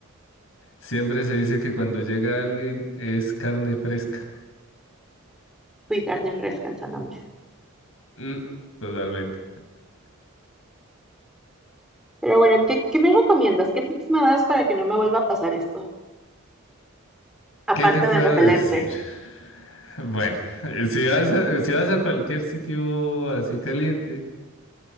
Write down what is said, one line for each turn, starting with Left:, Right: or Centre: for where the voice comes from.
Left: siempre se dice que cuando llega alguien es carne fresca.
Centre: Fui carne fresca en San Andrés.
Left: Mm, totalmente.
Centre: Pero bueno, ¿qué, qué me recomiendas? ¿Qué tips me das para que no me vuelva a pasar esto? Aparte
Left: ¿Qué te puedo
Centre: del repelente.
Left: decir? Bueno, <laughs> si vas a, si vas a cualquier sitio así caliente,